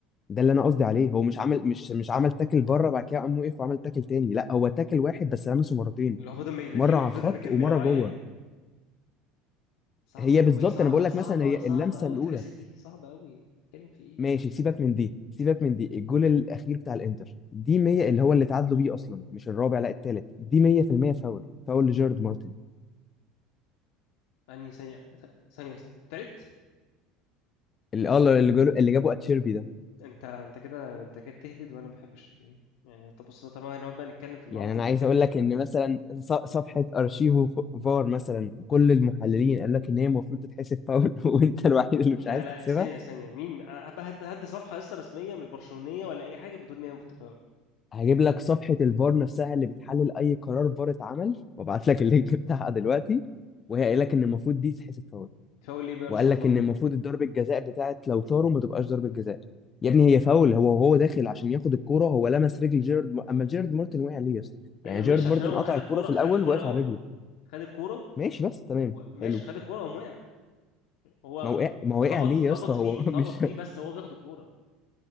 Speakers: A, on the left (about 30°); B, on the left (about 75°).
A: ده اللي انا قصدي عليه هو مش عمل مش مش عمل تاكل بره بعد كده قام وقف وعمل تاكل تاني لا هو تاكل واحد بس لمسه مرتين
B: اللي هو فضل ما- رجليه
A: مره
B: ما
A: على
B: فضل
A: الخط
B: مكمله
A: ومره
B: معاه
A: جوه
B: يعني صعب
A: هي
B: قوي
A: بالظبط
B: صعبه
A: انا بقول لك
B: صعبه
A: مثلا هي
B: صعبه
A: اللمسه
B: قوي
A: الاولى
B: تحسب دي صعبه قوي بتتكلم في ايه
A: ماشي سيبك من دي سيبك من دي الجول الاخير بتاع الانتر دي 100 اللي هو اللي تعادلوا بيه اصلا مش الرابع لا التالت دي 100% فاول فاول لجيرارد مارتن
B: يعني ثانيه ثانيه ثانيه تالت
A: اللي اه اللي جابوا اللي جابوا اتشيربي ده
B: انت انت كده انت كده بتهبد وانا ما بحبش الايه يعني طب بص طالما هنقعد بقى نتكلم في العبط
A: يعني انا
B: اللي انت
A: عايز
B: بتتكلم
A: اقول
B: فيه
A: لك
B: ده
A: ان مثلا ص- صفحه ارشيفو ف- فار مثلا كل المحللين قال لك ان هي المفروض تتحسب فاول <laughs> وانت الوحيد اللي
B: لا
A: مش عايز
B: لا
A: تحسبها
B: ثانيه ثانيه مين انا هبقى هد- هدي صفحه لسه رسميه مش برشلونيه ولا اي حاجه بتقول ان هي المفروض تفاول
A: هجيب لك صفحة الفار نفسها اللي بتحلل أي قرار فار اتعمل وابعت لك اللينك <laughs> بتاعها دلوقتي وهي قايل لك إن المفروض دي تتحسب فاول
B: تفاول ليه بقى ان
A: وقال
B: شاء
A: لك
B: الله
A: إن
B: يعني
A: المفروض الضربة جزاء بتاعت لو طاروا ما تبقاش ضربة جزاء يا ابني هي فاول هو وهو داخل عشان ياخد الكورة هو لمس رجل جيرارد م- أما جيرارد مارتن وقع ليه يا اسطى
B: ايوه
A: يعني
B: ماشي
A: جيرارد مارتن
B: عشان هو
A: قطع
B: خد
A: الكورة
B: الكوره
A: في الأول
B: خد الكوره
A: وقف
B: الاول
A: على رجله
B: خد الكوره
A: ماشي بس تمام
B: و- ماشي
A: حلو
B: خد الكوره قام وقع هو
A: ما وقع ما وقع
B: خبط
A: ليه
B: خبط
A: يا اسطى
B: فيه
A: هو
B: خبط
A: <laughs> مش
B: فيه بس هو بياخد الكوره